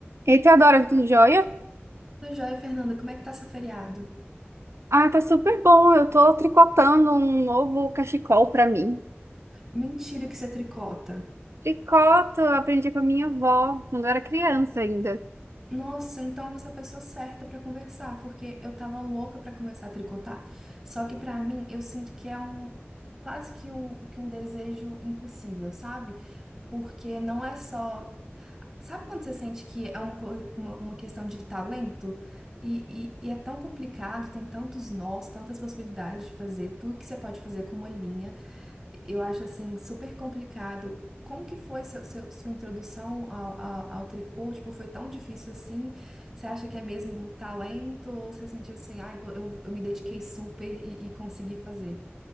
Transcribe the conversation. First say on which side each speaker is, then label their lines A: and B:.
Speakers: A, on the right (about 80°); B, on the right (about 25°).
A: Eita, adora tudo jóia?
B: Tudo jóia, Fernanda? Como é que tá seu feriado?
A: Ah, tá super bom. Eu tô tricotando um novo cachecol pra mim.
B: Mentira que você tricota.
A: Tricoto, eu aprendi com a minha avó quando eu era criança ainda.
B: Nossa, então você é a pessoa certa pra conversar, porque eu tava louca pra começar a tricotar. Só que pra mim, eu sinto que é um quase que um, que um desejo impossível, sabe? Porque não é só. Sabe quando você sente que é uma, co- uma, uma questão de talento? E, e, e é tão complicado, tem tantos nós, tantas possibilidades de fazer, tudo que você pode fazer com uma linha. Eu acho assim super complicado. Como que foi seu, seu- sua introdução ao, ao, ao tricô? Tipo, foi tão difícil assim? Você acha que é mesmo um talento? Ou você sentiu assim, ah, eu, vou- eu, eu me dediquei super e, e consegui fazer?